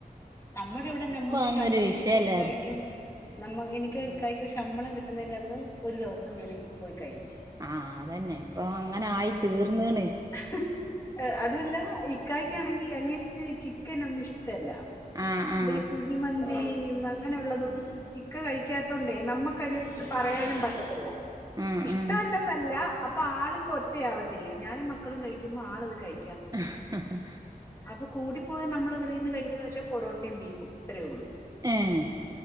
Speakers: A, on the left; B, on the right.
A: നമ്മടെ ഇവ്ടെ
B: ഇപ്പൊ
A: നമ്മക്ക്
B: അതൊന്നും
A: ശമ്പളം
B: ഒരു വിഷയല്ല
A: എനിക്ക് ഇക്കായ്ക്കും നമ്മ എനിക്ക്
B: ഉം
A: ഇക്കായ്ക്ക് ശമ്പളം കിട്ട്ന്നെയിന്റന്ന് ഒര് ദിവസം വെളി പോയി കഴിക്കും.
B: ആഹ് അതന്നെ ഇപ്പൊ അങ്ങനെ ആയി തീർന്ന്ണ്.
A: ഹ് ഹ് ഈഹ് അതുവല്ലാ ഇക്കായ്ക്കാണെങ്കി
B: ഉം
A: അങ്ങേര്ക്ക് ചിക്കനൊന്നും ഇഷ്ടല്ല.
B: ആഹ് ആഹ്
A: വി ഈ കുഴിമന്തിയും അങ്ങനെ ഉള്ളതൊന്നും ഇ ക്ക കഴിക്കാത്തോണ്ടേ നമ്മക്കയ്നെക്കുറിച്ച് പറയാനും പറ്റത്തില്ല
B: ആഹ്
A: ഇഷ്ടമല്ലെന്നല്ല അ പ്പാൾക്ക് ഒറ്റയാവത്തില്ല്യോ ഞാനും മക്കളും കഴിക്കുമ്പോ ആളത് കഴി
B: ഹ് ഹ ഹ
A: അപ്പൊ കൂടിപ്പോയാ നമ്മള് വെളീന്ന് കഴിക്കുന്ന വെച്ചാ പൊറോട്ടിം ബീഫും ഇത്രയേ ഉള്ളൂ.
B: ഏഹ്